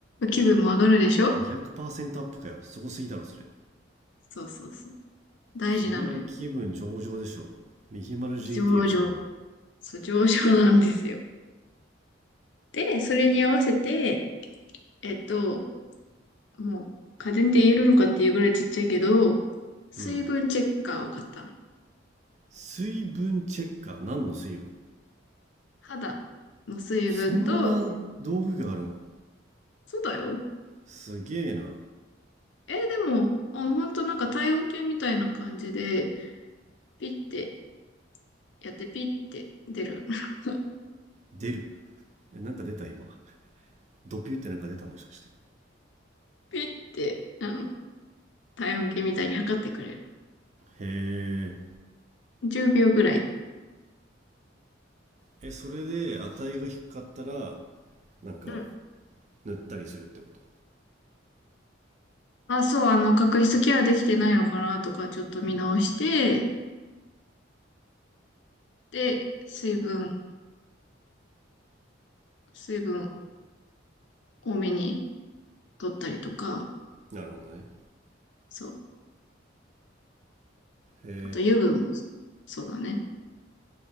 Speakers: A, on the left; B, on the right.
A: 気分も上がるでしょ
B: 200%アップかよ。すごすぎだろ、それ。
A: そうそうそう。大事なのよ。
B: それは気分上々でしょ。ミヒマル GT
A: 上々
B: よ、そんなの。
A: そう、上場なんですよ。で、それに合わせて、えっと、もう、家電で言えるのかっていうぐらいちっちゃいけど、水分チェッカーを買ったの。
B: うん。水分チェッカー。何の水分
A: 肌の水分と、
B: そんな道具があるの
A: そうだよ。
B: すげえな。
A: えーでも、あの、ほんとなんか体温計みたいな感じで、ピッてやってピッて出る。<laughs>
B: 出る。えなんか出た、今。ドピュってなんか出たもしかして
A: ピッて、あの、体温計みたいに測ってくれる。
B: へえ
A: 10秒ぐらい。
B: えそれで値が低かったらなんか
A: うん。
B: 塗ったりするってこと
A: あ、そう、あの、角質ケアできてないのかなとか、ちょっと見直して、で、水分、水分多めに取ったりとか、
B: なるほどね
A: そう。
B: へ
A: あと油分も、そうだね。